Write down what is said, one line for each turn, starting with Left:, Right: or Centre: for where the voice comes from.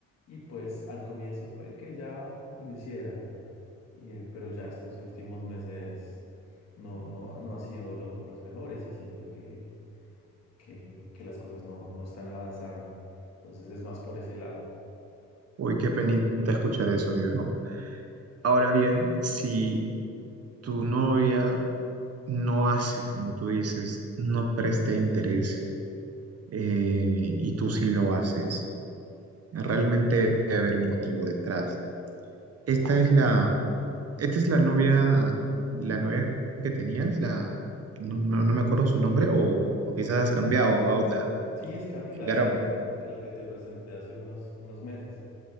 Left: Y pues al comienzo puede que ya lo hiciera, y, eh, pero ya estos últimos meses no, no, no han sido lo- los mejores y siento que, que, que las cosas no, no están avanzando. Entonces es más por ese lado.
Right: Uy, qué penita escuchar eso, mi bro. Ahora bien, si tu novia no hace como tú dices, no presta interés eh, y tú sí lo haces. Realmente debe haber un motivo detrás. Esta es la, esta es la novia, la novia que tenías, la, no, no- no me acuerdo su nombre, o, o quizás has cambiado a otra,
Left: Sí, es Camila
Right: Garón.
Left: la que, que la que te presenté hace unos, unos meses.